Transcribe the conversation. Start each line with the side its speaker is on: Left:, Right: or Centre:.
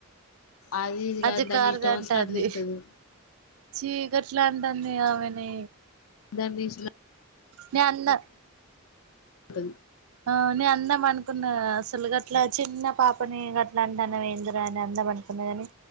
Left: అది ఇది
Right: అజకార్ద
Left: కాదు దాన్ని ఇష్టం
Right: అంటంది
Left: వచ్చినట్టు తిడుతది
Right: చీకట్లా అంటంది ఆమె <inaudible> నీ
Left: <inaudible>
Right: నే అన్న
Left: హలో
Right: ఆ నే అందా మనకి న్న అసలు గట్లా చిన్న పాపని గట్లా అంటన వేందరా అని అందం అనుకూన కాని